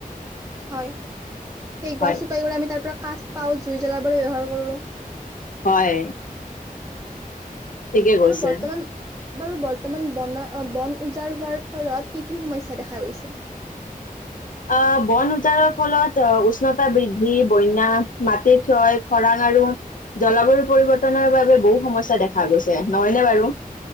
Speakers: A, on the right (about 20°); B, on the left (about 60°).
A: হয় সেই
B: হয়,
A: গছ শুকাই গলে আমি তাৰ পৰা কাঠ, পাও জুই জ্বলাব ব্যৱহাৰ কৰো।
B: হয়। ঠিকে কৈছে,
A: বাৰু বৰ্তমান বাৰু বৰ্তমান ব বন উজাৰ হোৱাৰ ফলত কি কি সমস্যা দেখা গৈছে।
B: আহ বন উজাৰৰ ফলত আহ উষ্ণতা বৃদ্ধি বন্যা মাটিৰ ক্ষয় খৰাং আৰু জলবায়ু পৰিৱৰ্তনৰ বাবে বহু সমস্যা দেখা গৈছে নহয়নে বাৰু?